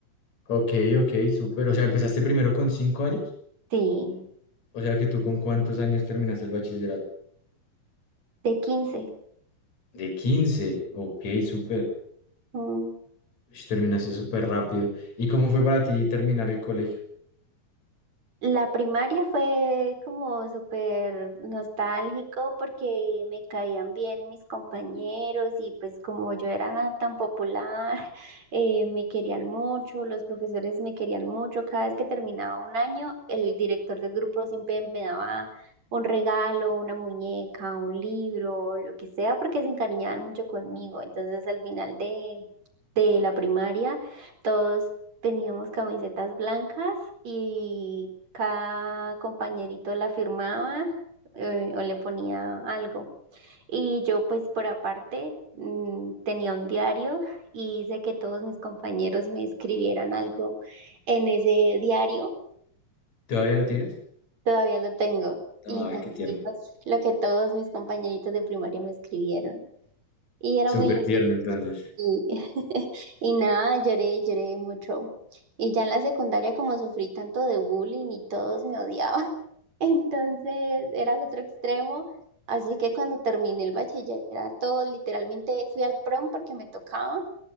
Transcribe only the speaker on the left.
ok, ok, súper, o sea, empezaste primero con cinco años,
o sea que tú con cuántos años terminaste el bachillerato?
De quince ok, súper,
Ush, terminaste súper rápido. ¿Y cómo fue para ti terminar el colegio?
¿Todavía lo tienes?
Ay,
qué tierno,
súper
tierno entonces.